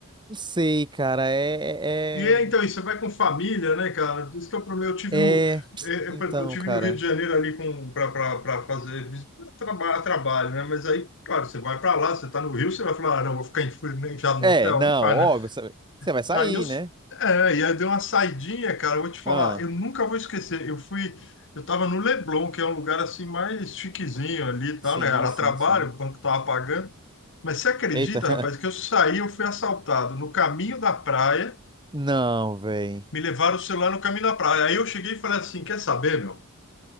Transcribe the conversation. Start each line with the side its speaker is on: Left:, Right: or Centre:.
Right: Não sei, cara. É,
Left: E é,
Right: é,
Left: então, e você vai com família, né, cara? Por Isso que eu, pro- eu tive
Right: é...
Left: no,
Right: é-
Left: eh, eu,
Right: Então,
Left: eu, tive
Right: cara.
Left: no Rio de Janeiro ali com para fazer vis- traba, trabalho, né? Mas aí, claro, você vai para lá, você tá no Rio, você vai falar, ah, não, vou ficar enfurnizado
Right: É,
Left: no hotel,
Right: não,
Left: não vai,
Right: óbvio,
Left: né?
Right: você você vai sair,
Left: Aí eu, s-
Right: né?
Left: é, e aí deu uma saidinha, cara, eu vou te falar,
Right: Ah,
Left: eu nunca vou esquecer. Eu fui, eu tava no Leblon, que é um lugar assim mais chiquezinho ali e tal,
Right: sim,
Left: né? Era
Right: sim,
Left: trabalho,
Right: sim.
Left: o banco tava pagando. Mas você acredita,
Right: Eita. <laughs>
Left: rapaz, que eu saí, eu fui assaltado no caminho da praia
Right: Não, véi.
Left: me levaram o celular no caminho da praia. Aí eu cheguei e falei assim, quer saber, meu?